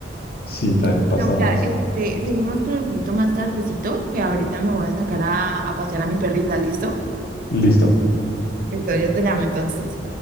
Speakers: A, on the left; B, on the right.
A: Sí, también me
B: Bueno,
A: pasaba
B: mira,
A: eso.
B: este, seguimos con el juguito más tardecito, que ahorita me voy a sacar a, a pasear a mi perrita, ¿listo?
A: Listo.
B: Listo, yo te llamo entonces.